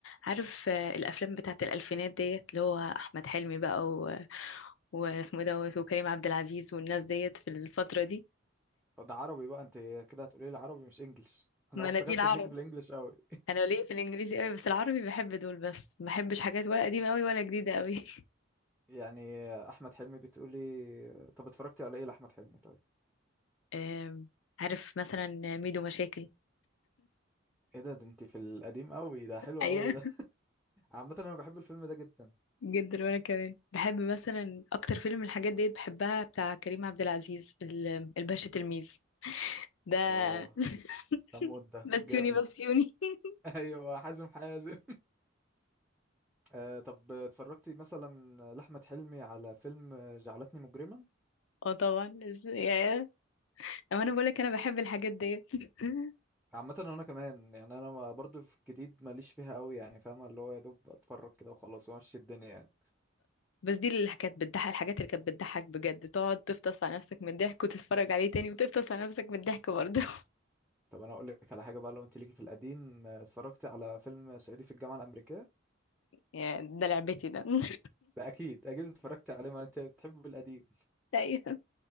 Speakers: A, on the left; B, in the centre.
A: عارف آه، الافلام بتاعت الالفينات ديت اللي هو احمد حلمي بقى و... واسمه دوت وكريم عبد العزيز والناس ديت في الفتره دي
B: ده عربي بقى انت كده هتقولي لي عربي مش انجليش <laughs> انا
A: ما
B: افتكرتك
A: انا دي العرب
B: ليكي في الانجليش قوي
A: انا ليه في الانجليزي قوي بس العربي بحب دول بس ما بحبش حاجات ولا قديمه قوي ولا جديده قوي
B: <laughs> يعني احمد حلمي بتقولي طب اتفرجتي على ايه لاحمد حلمي طيب
A: <laughs> آم، عارف مثلا ميدو مشاكل
B: ايه ده ده انت في القديم قوي ده حلو
A: ايوه
B: قوي ده <laughs> عامه انا بحب الفيلم ده جدا
A: جدا وانا كمان بحب مثلا اكتر فيلم الحاجات ديت بحبها بتاع كريم عبد العزيز ال- الباشا تلميذ ده
B: اه
A: <laughs>
B: ده مود ده
A: بسيوني
B: جامد
A: بسيوني <laughs>
B: <laughs> ايوه حازم حازم آه طب اتفرجتي مثلا لأحمد حلمي على فيلم جعلتني مجرما
A: اه طبعا بس- يا- اما انا بقولك انا بحب الحاجات ديت <laughs>
B: عامة انا كمان يعني انا ما- برضو في الجديد ماليش فيها قوي يعني فاهمة اللي هو يا دوب اتفرج كده وخلاص وامشي الدنيا يعني.
A: بس دي اللي كانت بتضحك الحاجات اللي كانت بتضحك بجد تقعد تفطس على نفسك من الضحك وتتفرج عليه تاني وتفطس على نفسك من الضحك برضه <laughs>
B: طب انا اقول لك على حاجة بقى لو انت ليكي في القديم آه، اتفرجتي على فيلم صعيدي في الجامعة الأمريكية
A: يا ده لعبتي ده <laughs>
B: ده اكيد اكيد اتفرجتي عليه ما انت بتحب القديم
A: ايوه